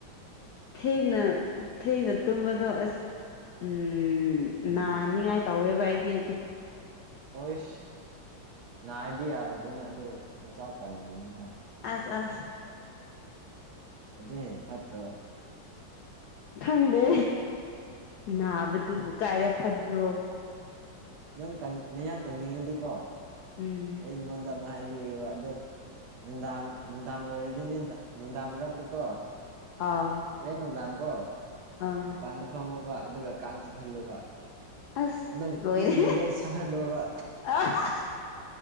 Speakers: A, on the left (about 80°); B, on the right (about 70°).
A: ꯊꯦꯡꯅ ꯊꯦꯡꯅ ꯇꯨꯝꯝꯕꯗꯣ ꯑꯁ ꯎꯝ
B: ꯎꯝ
A: ꯅꯥꯅꯤꯉꯥꯏ ꯇꯧꯋꯦꯕ ꯑꯩꯗꯤ
B: ꯍꯣꯏꯁ ꯅꯥꯔꯗꯤ ꯌꯥꯔꯦꯗꯅ ꯑꯗꯨ ꯃꯁꯥ ꯀꯩꯉꯅꯤꯅ ꯑꯗꯨ
A: ꯑꯁ ꯑꯁ
B: ꯑꯗꯨ ꯍꯦꯟꯅ ꯐꯠꯇ꯭ꯔꯣ
A: ꯈꯪꯗꯦ ꯅꯥꯕꯗꯨꯕꯨ ꯀꯥꯏꯗ ꯐꯕ꯭ꯔꯣ
B: ꯅꯪ ꯅꯌꯥꯡ ꯀꯪꯅꯤꯡꯉꯗꯤꯀꯣ
A: ꯎꯝ
B: ꯑꯩꯉꯣꯟꯗ ꯑꯃ ꯍꯥꯏꯕꯤꯒꯦꯕ ꯑꯗꯣ ꯅꯨꯡꯗꯥꯡ ꯅꯨꯡꯗꯥꯡ ꯑꯣꯏꯔꯗꯤꯅꯦꯗ ꯅꯨꯡꯗꯥꯡ ꯃꯔꯛꯇꯀꯣ
A: ꯑꯥꯎ
B: ꯍꯣꯔꯦꯟ ꯅꯨꯡꯗꯥꯡ ꯀꯣ
A: ꯑꯥ
B: ꯃꯄꯥꯟꯗ ꯐꯝꯃꯣꯕ ꯑꯗꯨꯒ ꯀꯥꯡ ꯆꯤꯛꯍꯜꯂꯨꯕ
A: ꯑꯁ
B: ꯅꯪ
A: ꯂꯣꯏꯔꯦ
B: ꯏꯗꯣ ꯂꯣꯏ ꯁꯥꯍꯜꯂꯣꯕ
A: ꯑꯁ